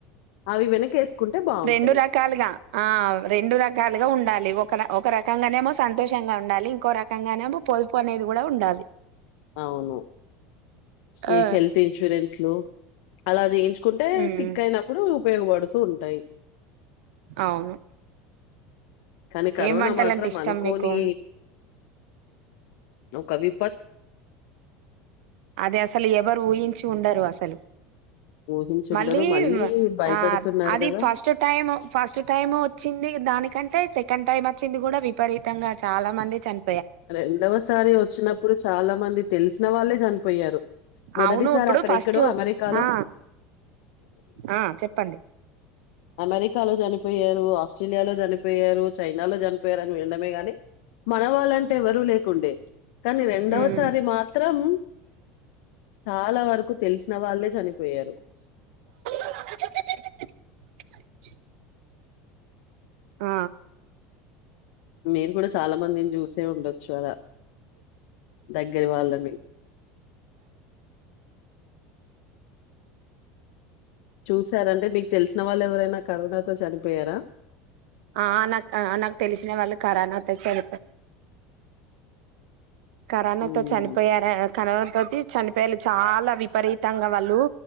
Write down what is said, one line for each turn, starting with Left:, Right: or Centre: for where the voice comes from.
Left: అవి వెనకేసుకుంటే బావుంటది.
Right: రెండు రకాలుగా ఆ రెండు రకాలుగా ఉం ఉండాలి ఒక ఒక రకంగానేమో సంతోషంగా ఉండాలి ఇంకో రకంగానేమో పొదుపు అనేది కూడా ఉండాలి
Left: అవును
Right: ఆ
Left: ఈ హెల్త్ ఇన్సూరెన్స్లు అలా చేయించు ఉంటే
Right: ఉమ్,
Left: సిక్ అయినప్పుడు ఉపయోగపడుతూ ఉంటాయి
Right: అవును
Left: కానీ కరోనా
Right: ఏం వంటలంటే
Left: మాత్రం
Right: ఇష్టం
Left: అనుకోని
Right: మీకు
Left: కవి
Right: అది అసలు ఎవరు ఊహించి ఉండరు అసలు
Left: ఊహించుండరు.
Right: మళ్ళీ
Left: భయపెడుతున్నారు
Right: ఆ అది
Left: గదా!
Right: ఫస్ట్ టైం ఫస్ట్ టైం వచ్చింది దానికంటే సెకండ్ టైం వచ్చింది కూడా విపరీతంగా చాలా మంది చని
Left: రెండవసారి వచ్చినప్పుడు చాలా మంది తెలిసిన వాళ్ళే చనిపోయారు మొదటిసార్
Right: అవును ఇప్పుడు
Left: అక్కడ
Right: ఫస్ట్
Left: ఎక్కడో అమెరికాలో
Right: ఆ ఆ చెప్పండి
Left: అమెరికాలో చనిపోయారు ఆస్ట్రేలియాలో చనిపోయారు చైనాలో చనిపోయారని వినడమే గాని మన వాళ్ళంటే ఎవరు ఎవరు లేకుండే కానీ రెండవసారి
Right: హ్మ్.
Left: మాత్రం చాలా వరకు తెలిసిన వాళ్లే చనిపోయారు
Right: ట చ్ ఆ
Left: మీరు కూడా చాలా మందిని చూసే ఉండొచ్చు అలా దగ్గర వాళ్ళనీ చూసారంటే మీకు తెలిసిన వాళ్ళు ఎవరైనా కరోనాతో చనిపోయారా
Right: ఆ నాకు నాకు తెలిసిన వాళ్ళు కరోనాతో చనిపోయారు కరోనాతో
Left: హ్మ్.
Right: చనిపోయారా కరో చనిపోయారు చాలా విపరీతంగా వాళ్ళు